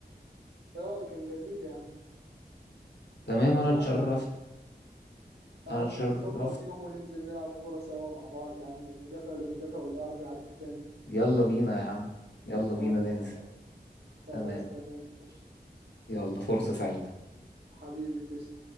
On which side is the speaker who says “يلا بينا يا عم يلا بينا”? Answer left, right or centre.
Left